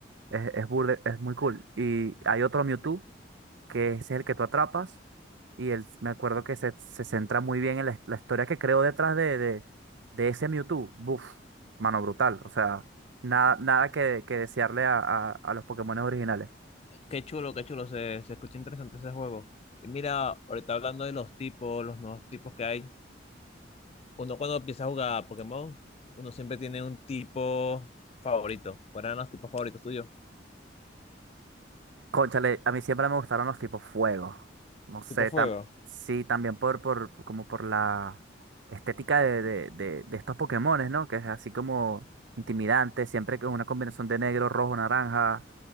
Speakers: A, on the right; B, on the left.
A: Es, es burde- es muy cool. Y hay otro Mewtwo que ese es el que tú atrapas. Y él, me acuerdo que se, se centra muy bien en la, la historia que creó detrás de, de, de ese Mewtwo. Buf, mano brutal. O sea, nada, nada que, que desearle a, a, a los Pokémon originales.
B: Qué chulo, qué chulo, se, se escucha interesante ese juego. Y mira, ahorita hablando de los tipos, los nuevos tipos que hay, uno cuando empieza a jugar a Pokémon, uno siempre tiene un tipo favorito. ¿Cuáles eran los tipos favoritos tuyos?
A: Cónchale, a mí siempre me gustaron los tipos fuego. No sé,
B: Tipo fuego.
A: tam- sí, también por, por, como por la estética de, de, de, de estos Pokémones, ¿no? Que es así como intimidante, siempre que es una combinación de negro, rojo, naranja.